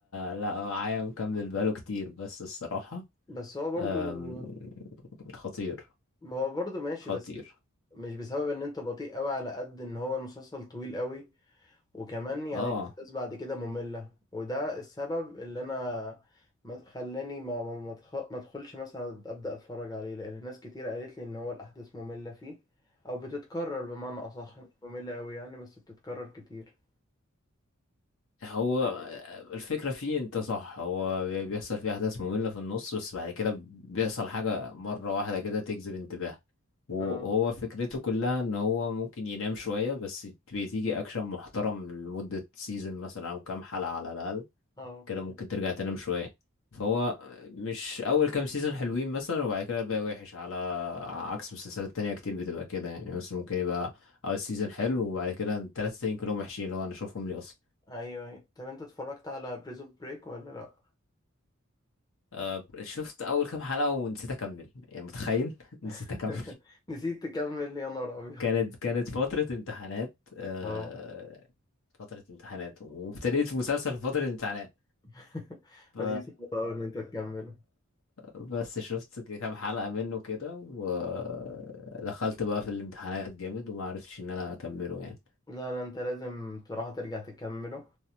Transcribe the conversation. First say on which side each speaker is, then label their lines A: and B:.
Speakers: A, on the left (about 65°); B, on the left (about 20°).
A: لا معايا مكمل بقاله كتير بس الصراحة
B: بس هو برضو
A: أم، خطير
B: ما هو برضو ماشي
A: خطير
B: بس مش بسبب ان انت بطيء قوي على قد ان هو المسلسل طويل قوي وكمان يعني
A: اه
B: الأحداث بعد كده مملة وده السبب اللي أنا ما- خلاني ما ما ما أدخ- ما أدخلش مثلا أبدأ أتفرج عليه لأن ناس كتير قالت لي إن هو الأحداث مملة فيه أو بتتكرر بمعنى أصح مش مملة أوي يعني بس بتتكرر كتير
A: هو الفكرة فيه انت صح هو بي- بيحصل فيه احداث مملة في النص بس بعد كده بيحصل حاجة مرة واحدة كده تجذب انتباه وهو
B: اه
A: فكرته كلها ان هو ممكن ينام شوية بس بتيجي اكشن محترم لمدة سيزون مثلا او كام حلقة على الاقل
B: اه اوكي
A: كده ممكن ترجع تنام شوية فهو مش اول كام سيزون حلوين مثلا وبعد كده الباقي وحش على عكس مسلسلات تانية كتير بتبقى كده يعني مثلا ممكن يبقى اول سيزون حلو وبعد كده التلاتة التانيين كلهم وحشين اللي هو انا اشوفهم ليه اصلا
B: ايوه أيوة. طب انت اتفرجت على بريزون بريك ولا لا
A: آه، شفت اول كام حلقة ونسيت اكمل يعني متخيل <laughs> نسيت
B: <laughs>
A: اكمل
B: نسيت تكمل يا نهار ابيض
A: كانت كانت فترة امتحانات آه،
B: اه
A: فترة امتحانات وابتديت في مسلسل في فترة امتحانات
B: <laughs>
A: ف...
B: دي صعبة أوي إن أنت تكمله
A: بس شفت كام حلقة منه كده ودخلت بقى في الامتحانات جامد وما عرفتش ان انا اكمله يعني
B: لا لا انت لازم بصراحة ترجع تكمله